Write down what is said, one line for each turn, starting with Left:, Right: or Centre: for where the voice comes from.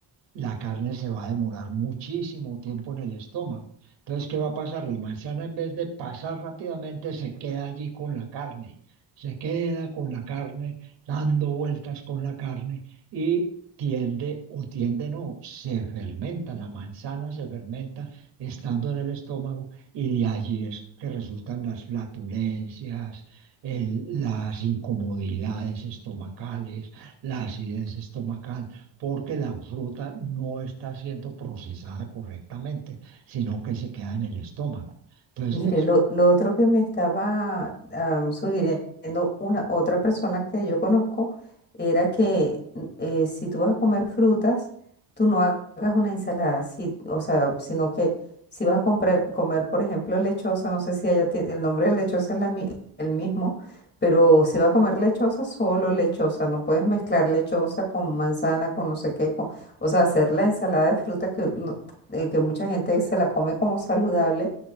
Right: la carne se va a demorar muchísimo tiempo en el estómago. Entonces, ¿qué va a pasar? La manzana en vez de pasar rápidamente se queda allí con la carne, se queda con la carne, dando vueltas con la carne y tiende o tiende no, se fermenta, la manzana se fermenta estando en el estómago y de allí es que resultan las flatulencias, el- las incomodidades estomacales, la acidez estomacal porque la fruta no está siendo procesada correctamente, sino que se queda en el estómago. Entonces,
Left: Mire,
Right: eso
Left: lo, lo otro que me estaba am, sugiriendo una otra persona que yo conozco era que mm, eh, si tú vas a comer frutas, tú no ha- hagas una ensalada, si- o sea, sino que si vas a comprar- comer, por ejemplo, lechosa, no sé si allá tie- el nombre de lechosa es la mi- el mismo, pero si vas a comer lechosa, solo lechosa, no puedes mezclar lechosa con manzana, con no sé qué, con- o sea, hacer la ensalada de frutas que, no- eh, que mucha gente se la come como saludable